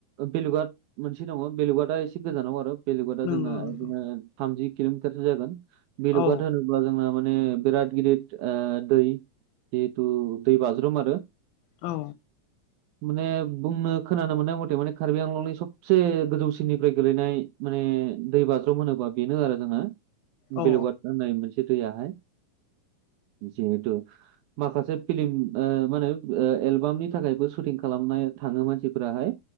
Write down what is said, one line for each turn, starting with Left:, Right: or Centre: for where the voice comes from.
Right: बेेलुगाट मोनसे दङ बेेलुगाटआ एसे गोजानाव आरो बेलुगुटा
Left: नंगौ
Right: आ जोंना
Left: नंगौ
Right: बिदिनो थामजि किल'मिटारसो जागोन बेलुगआ
Left: औ
Right: होन बा जोंना माने बिराद गिदद दै जिहेथु दै बाज्रुम आरो
Left: औ
Right: माने बुंनो खोनानो मोननाय मथे माने कार्बि आंलंनि सबसे गोजौसिननिफ्राय गेलैनाय माने दै बाज्रोम होनोबा बेनो आरो जोङो
Left: औ
Right: बेलेगाद होननाय मोनसे दैयाहाय जिहेथु माखासे फिल्म ओ मा होनो एलबामनि थाखायबो सुटिं खालामनाय थाङो मानसिफोराहाय